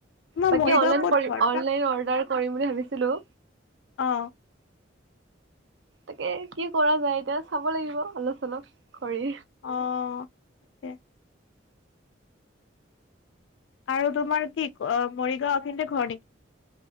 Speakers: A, on the left (about 70°); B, on the right (about 70°).
A: তোমাৰ
B: বাকী
A: মৰিগাঁও
B: অনলাইন
A: ক'ত ঘৰ
B: অৰ্ডাৰ কৰিম বুলি ভাবিছিলো।
A: অহ
B: তাকে কি কৰা যায় এতিয়া চাব লাগিব অলপ চলপ। কৰি।
A: অ তাকে আৰু তোমাৰ কি অ মৰিগাওঁ খিনতে ঘৰ নেকি?